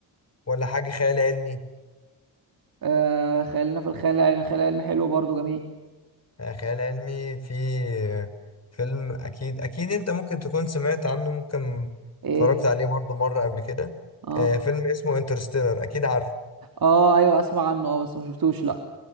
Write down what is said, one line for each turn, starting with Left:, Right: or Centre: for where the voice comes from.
Left: ولا حاجة خيال علمي
Right: آه خلينا في الخيال العلمي الخيال العلمي حلو برضه جميل
Left: آه، خيال علمي في آه، فيلم أكيد أكيد أنت ممكن تكون سمعت عنه ممكن
Right: ايه
Left: اتفرجت عليه برضو مرة قبل كده
Right: اه
Left: آه، فيلم اسمه انترستيلر أكيد عارفه
Right: اه ايوه اسمع عنه اه بس ما شفتوش لا